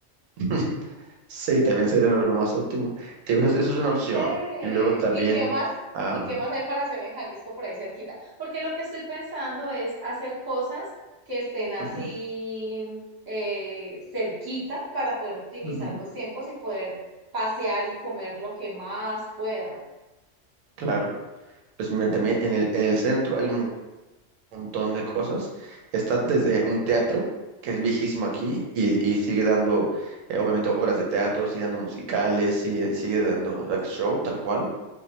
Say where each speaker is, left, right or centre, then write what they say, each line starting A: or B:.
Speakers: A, on the right; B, on the right.
A: <laughs> Sí, también sería lo, lo más óptimo. Te digo, eso, eso es una
B: Qué
A: opción.
B: chévere.
A: Y luego también,
B: ¿Y qué más?
A: am,
B: ¿Y qué más hay para hacer en Jalisco por ahí cerquita? Porque lo que estoy pensando es hacer cosas que estén así
A: ujú,
B: eh, cerquita para poder optimizar
A: ujú,
B: los tiempos y poder pasear y comer lo que más pueda.
A: claro, pues mira, también en el, en el centro hay un mo- montón de cosas. Está desde un teatro, que es viejísimo aquí, y, y sigue dando, eh, obviamente, obras de teatro, sigue dando musicales, sigue, sigue dando like, show, tal cual.